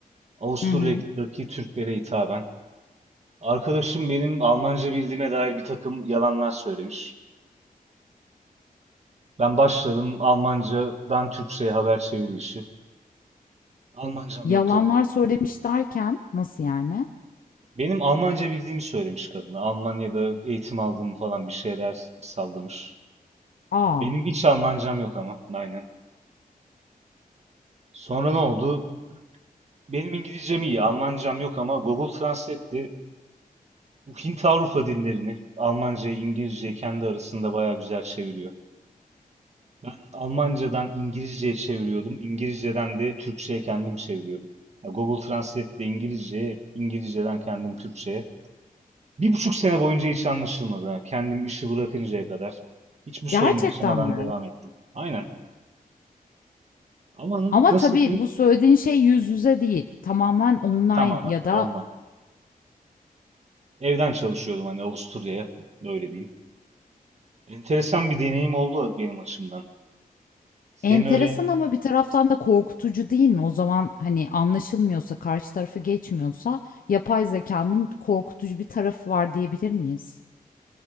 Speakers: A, on the right; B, on the left.
A: Avusturya'daki
B: Hı hı.
A: Türklere hitaben. Arkadaşım benim Almanca bildiğime dair bir takım yalanlar söylemiş. Ben başladım Almancadan Türkçe'ye haber çeviri işi. Almancam
B: Yalanlar
A: yok tabii.
B: söylemiş derken nasıl yani?
A: Benim Almanca bildiğimi söylemiş kadına. Almanya'da eğitim aldığımı falan bir şeyler sallamış.
B: Aa,
A: Benim hiç Almancam yok ama. Aynen. Sonra ne oldu? Benim İngilizcem iyi, Almancam yok ama Google Translate'te bu Hint Avrupa dillerini Almanca, İngilizce kendi arasında bayağı güzel çeviriyor. Ben Almancadan İngilizceye çeviriyordum. İngilizceden de Türkçeye kendim çeviriyordum. Ya Google Translate'de İngilizce, İngilizceden kendim Türkçeye. Bir buçuk sene boyunca hiç anlaşılmadı. ha. Kendim işi bırakıncaya kadar hiçbir sorun
B: gerçekten
A: yaşamadan
B: mi?
A: devam ettim. Aynen. Ama na-
B: Ama
A: nasıl
B: tabii
A: diyeyim?
B: bu söylediğin şey yüz yüze değil. Tamamen online
A: Tamamen
B: ya da
A: onlar. Evden çalışıyordum hani Avusturya'ya. Öyle diyeyim. Enteresan bir deneyim oldu benim açımdan. Senin
B: enteresan
A: öyle
B: ama bir taraftan da korkutucu değil mi? O zaman hani anlaşılmıyorsa, karşı tarafı geçmiyorsa yapay zekanın korkutucu bir tarafı var diyebilir miyiz?